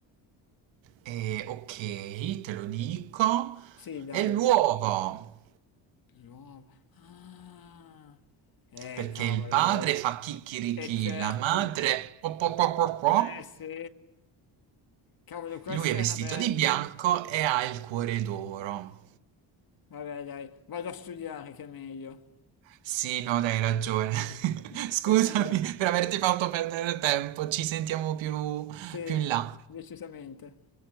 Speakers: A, on the right; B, on the left.
A: E ok, te lo dico.
B: Sì, dai.
A: E l'uovo,
B: Ruolo. Ah. Eh,
A: perché
B: cavolo,
A: il padre
B: è vero.
A: fa chicchirichì,
B: E certo.
A: la madre po po po po po.
B: Eh, sì. Cavolo, questa
A: Lui è vestito
B: è una bella.
A: di bianco e ha il cuore d'oro.
B: Vabbè, dai, vado a studiare che è meglio.
A: Sì, no, dai, hai ragione.
B: <laughs>
A: <laughs> Scusami
B: È meglio.
A: per averti fatto perdere tempo. Ci sentiamo più
B: Sì,
A: più in là.
B: decisamente.